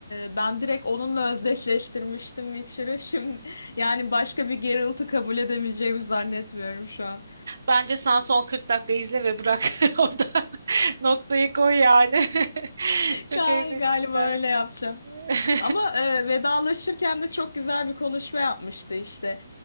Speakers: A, on the left; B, on the right.
A: e, ben direkt onunla özdeşleştirmiştim Witcher'ı. Şimdi yani başka bir Geralt'ı kabul edebileceğimi zannetmiyorum şu an.
B: Bence sen son 40 dakika izle ve bırak <laughs> orada. Noktayı koy yani. <laughs> Çok
A: Gal-
B: ayıp etmişler.
A: Galiba öyle yapacağım.
B: <laughs>
A: Ama e, vedalaşırken de çok güzel bir konuşma yapmıştı işte.